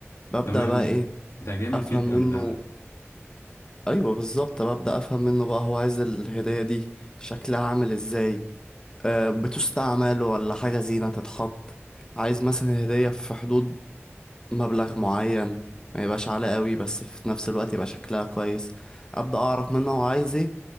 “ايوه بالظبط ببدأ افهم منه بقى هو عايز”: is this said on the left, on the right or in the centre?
Left